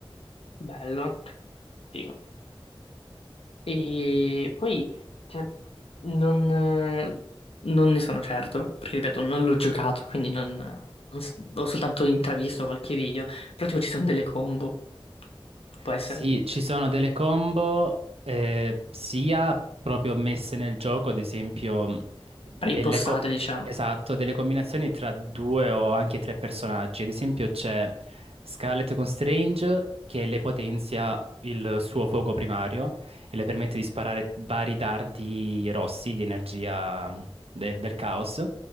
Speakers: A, on the left (about 80°); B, on the right (about 85°).
A: Bello. Figo. E poi, cioè, non, eh, non ne sono certo, perché ripeto, non l'ho giocato, quindi non, non s- ho soltanto intravisto qualche video. Però tipo ci sono delle combo, può essere,
B: Sì, ci sono delle combo eh, sia proprio messe nel gioco, ad esempio delle,
A: preimpostate,
B: co-
A: diciamo.
B: esatto, delle combinazioni tra due o anche tre personaggi. Ad esempio c'è Scarlet con Strange che le potenzia il suo fuoco primario e le permette di sparare vari dardi rossi di energia del, del caos.